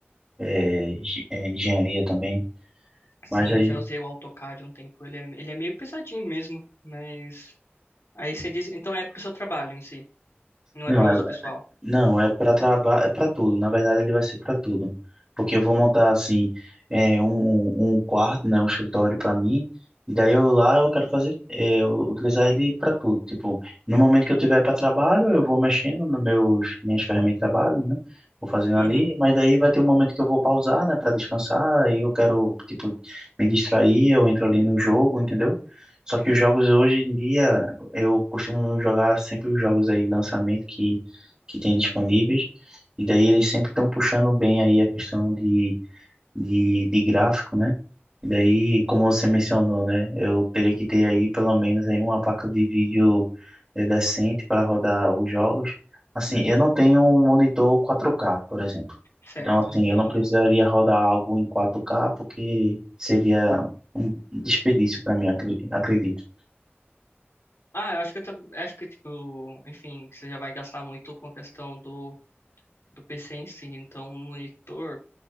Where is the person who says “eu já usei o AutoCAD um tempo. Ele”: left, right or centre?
Left